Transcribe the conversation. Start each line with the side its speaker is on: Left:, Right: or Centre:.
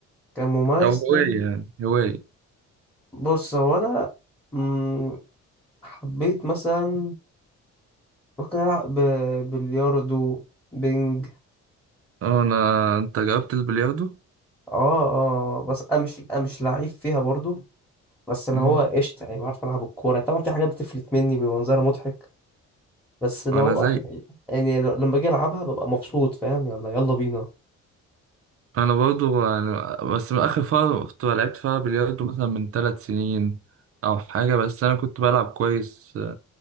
Centre: كممارسه
Right: او هوايه يعني هوايه
Centre: بص هو انا مم، حبيت مثلا ممكن ألعب ب- بلياردو بينج
Right: اه انا انت جربت البلياردو
Centre: اه اه بس أنا مش أنا مش لعيب فيها برضو بس اللي
Right: امم
Centre: هو قشطة يعني بعرف ألعب الكورة طبعا في حاجات بتفلت مني بيبقى منظرها مضحك بس اللي
Right: انا
Centre: هو
Right: زي
Centre: يعني ل- لما باجي ألعبها ببقى مبسوط فاهم يلا يلا بينا
Right: انا برضو يعني بس من اخر فتره كنت لعبت فيها بلياردو مثلا من ثلاث سنين او حاجه بس انا كنت بلعب كويس